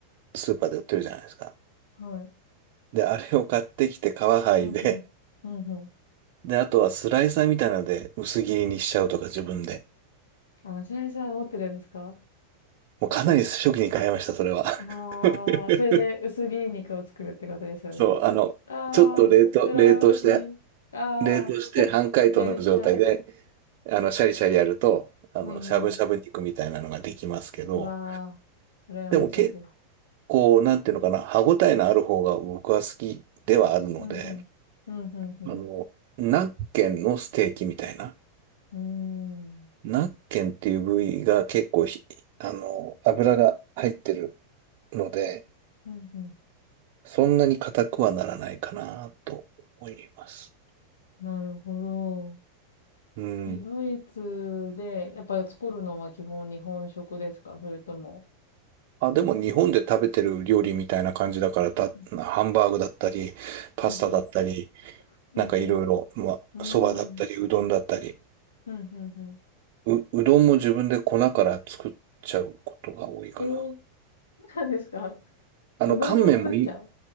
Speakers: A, on the right; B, on the left.
A: スーパーで売ってるじゃないですか。
B: はい。
A: で、あれを買ってきて皮剥いで、
B: うんうん。うんうん。
A: で、あとはスライサーみたいなので薄切りにしちゃうとか自分で。
B: あ、白石さん持ってるんですか
A: もうかなり初期に買いました、それは。<laughs>
B: ああー、それで薄切り肉を作るってことですよね。
A: そう、あの、
B: ああ、
A: ちょっと冷凍、
B: 羨ましい。
A: 冷凍して、
B: ああ、
A: 冷凍して半解凍の状態で、
B: やりたい。
A: あの、シャリシャリやると、あの、
B: うんうん。
A: しゃぶしゃぶ肉みたいなのができますけど、
B: うわあ、羨ましいです。
A: でも結構、なんていうのかな、歯ごたえのある方が僕は好きではあるので、
B: うんうん。うんうん
A: あの、ナッケンのステーキみたいな、
B: うん。うーん。
A: ナッケンっていう部位が結構ひ、あの、油が入ってるので、
B: うんうん。
A: そんなに硬くはならないかなと思います。
B: なるほど。
A: うん。
B: え、ドイツで、やっぱり作るのは基本日本食ですかそれとも、
A: あ、でも日本で食べてる料理みたいな感じだから、
B: なんかそ
A: た、
B: うん
A: ハンバーグだったり、パスタだったり、
B: うん。うんうん。うんうんう
A: なんかいろいろ、まあ、
B: ーん。
A: そばだったり、うどんだったり。
B: ふんふんふん。
A: う、うどんも自分で粉から作っちゃうことが多いかな。
B: えー、<laughs> そうなんですか <laughs> う
A: あの、
B: どんも作っちゃう
A: 乾麺もいい、